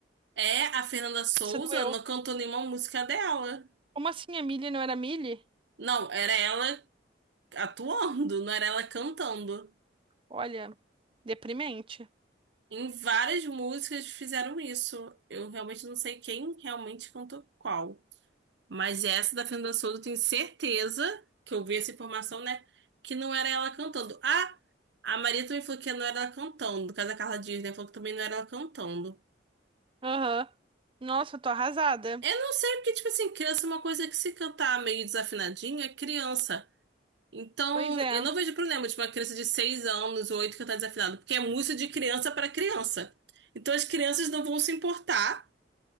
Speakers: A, on the right; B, on the right.
A: É, a Fernanda Souza
B: Isso doeu.
A: não cantou nenhuma música dela.
B: Como assim a Millie não era Millie?
A: Não, era ela atuando, não era ela cantando.
B: Olha, deprimente.
A: Em várias músicas fizeram isso. Eu realmente não sei quem realmente cantou qual. Mas essa da Fernanda Souza, eu tenho certeza que eu vi essa informação, né? Que não era ela cantando. Ah, a Maria também falou que não era ela cantando. No caso da Carla Dias, né? Falou que também não era ela cantando.
B: Aham. Nossa, eu tô arrasada.
A: Eu não sei, porque, tipo assim, criança é uma coisa que se cantar meio desafinadinha, é criança. Então,
B: Pois é.
A: eu não vejo problema de uma criança de 6 anos ou 8 cantar desafinado, porque é música de criança para criança. Então, as crianças não vão se importar.